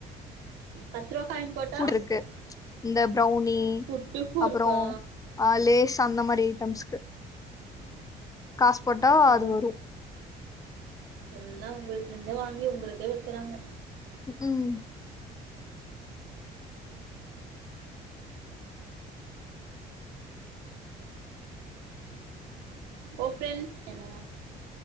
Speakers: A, on the right (about 90°); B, on the left (about 20°).
A: பத்து ருவா காயின் போட்டா
B: ஃபுட் இருக்கு இந்த ப்ரௌனி
A: ஃபுட்டுக்கு
B: அப்ரோ
A: இருக்கா
B: அ லேஸ் அந்த மாரி ஐட்டம்ஸ்கு காஸ் போட்டா
A: ஓ பர
B: அது வரு
A: எல்லா உங்கள்ட்டந்தே வாங்கி உங்களுக்கே விக்கிறாங்க
B: ம்
A: ஓபன் என்ன